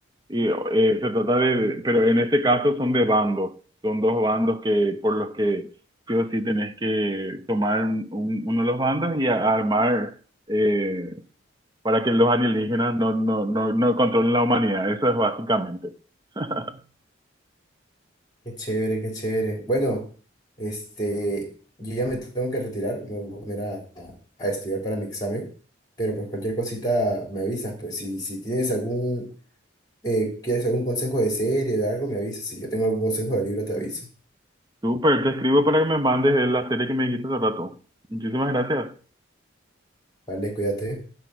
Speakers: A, on the right; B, on the left.
A: y eh, se trata de, pero en este caso son de bandos, son dos bandos que por los que sí o sí tenés que tomar un- un- uno de los bandos y a- armar eh, para que los alienígenas no, no, no, no controlen la humanidad. Eso es básicamente. <laughs>
B: Qué chévere, qué chévere. Bueno, este, yo ya me tengo que retirar, me voy a poner a, a- a estudiar para mi examen, pero pues cualquier cosita me avisas, pues si, si tienes algún, eh, quieres algún consejo de serie o de algo, me avisas, si yo tengo algún consejo de libro te aviso.
A: Súper, te escribo para que me mandes la serie que me dijiste hace rato. Muchísimas gracias.
B: Vale, cuídate.